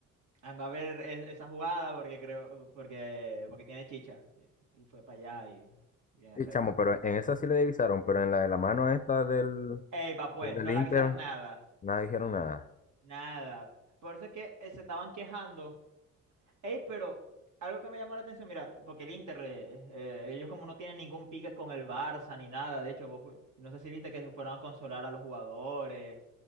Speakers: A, on the right; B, on the left.
A: anda a ver es- esa jugada porque creo, porque, porque tiene chicha. Y, y fue para allá y, y en efecto.
B: Sí, chamo, pero en esa sí le divisaron, pero en la de la mano esta del,
A: Ey, va, pues,
B: del, del
A: no
B: Inter,
A: le avisaron nada,
B: nada dijeron nada.
A: nada. Por eso es que eh, se estaban quejando. Ey, pero algo que me llamó la atención, mira, porque el Inter, eh, eh, ellos como no tienen ningún pique con el Barça ni nada, de hecho, vos fu- no sé si viste que se fueron a consolar a los jugadores,